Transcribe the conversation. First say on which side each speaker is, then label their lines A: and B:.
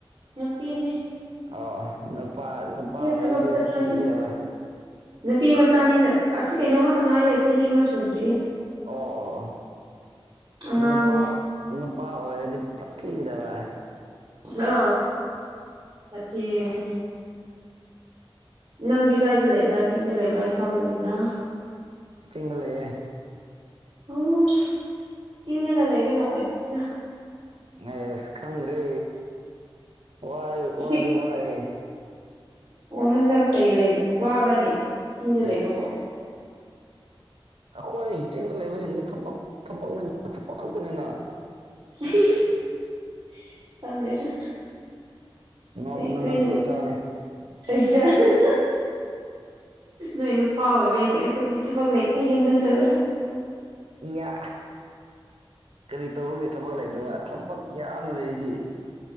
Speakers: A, on the right; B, on the right.
A: ꯅꯄꯤꯅꯦꯦ
B: ꯑꯣ ꯅꯨꯄꯥ ꯅꯨꯄꯥ ꯑꯣꯏꯔꯗꯤ
A: ꯊꯕꯛ ꯆꯠ
B: ꯁꯛꯊꯤꯒꯗꯕ
A: ꯀꯅꯤ ꯅꯨꯄꯤ ꯃꯆꯥꯅꯤꯅ ꯑꯁꯤ ꯀꯩꯅꯣ ꯉꯥꯛꯇ ꯉꯥꯏꯔꯤꯦ ꯆꯍꯤ ꯑꯃ ꯁꯨꯗ꯭ꯔꯤꯌꯦ
B: ꯑꯣ ꯑꯣ
A: ꯑꯉꯥꯡꯅꯦ
B: ꯅꯨꯄꯥ ꯅꯨꯄꯥ ꯑꯣꯏꯔꯗꯤ ꯆꯥꯛꯈꯤꯤꯒꯗꯕ
A: ꯑ ꯊꯒꯅꯦꯅꯦ ꯅꯪꯗꯤ ꯒꯥꯥꯏꯗ ꯂꯩꯕ꯭ꯔꯥ ꯆꯤꯡꯗ ꯂꯩꯕ꯭ꯔꯥ ꯏꯝꯐꯥꯜꯗ ꯂꯩꯕ꯭ꯔꯥ
B: ꯆꯤꯡꯒ ꯂꯩꯌꯦꯦ
A: ꯎꯝ ꯆꯤꯡꯗꯅ ꯂꯩꯕ ꯅꯨꯡꯉꯥꯏꯕꯅꯤꯗ
B: ꯑꯦꯁ ꯈꯪꯗ꯭ꯔꯦ ꯋꯥꯏ
A: ꯄꯤꯛ
B: ꯋꯥꯗꯤ ꯋꯥꯏ
A: ꯑꯣ ꯍꯟꯗꯛ ꯀꯔꯤ ꯋꯥꯕ꯭ꯔꯅꯦ ꯆꯤꯡꯗ
B: ꯏꯁ
A: ꯂꯩꯕꯀꯣ
B: ꯑꯩꯈꯣꯏ ꯆꯤꯡꯗ ꯂꯩꯕꯁꯤꯡꯗꯤ ꯊꯕꯛ ꯊꯛꯅꯤ ꯊꯨꯞꯄꯛ ꯈꯛꯇꯅꯤꯅ
A: <unintelligible> ꯈꯪꯗꯦꯗ
B: ꯅꯣꯡꯅ
A: ꯅꯣꯏ ꯅꯣꯏꯅ
B: ꯂ ꯆꯩ ꯆꯥꯒꯅꯤ
A: <unintelligible> ꯅꯣꯏꯅ ꯄꯥꯎꯋꯕꯩꯗꯤ ꯑꯩꯈꯣꯏꯗꯤ ꯊꯕꯛ ꯂꯩꯇꯦ ꯌꯨꯝꯗ ꯆꯠꯂꯁꯨ
B: ꯏꯌꯥ ꯀꯔꯤ ꯇꯧꯔꯨꯒꯦ ꯊꯕꯛ ꯂꯩꯇꯕ ꯊꯕꯛ ꯌꯥꯝ ꯂꯩꯔꯤꯗꯤ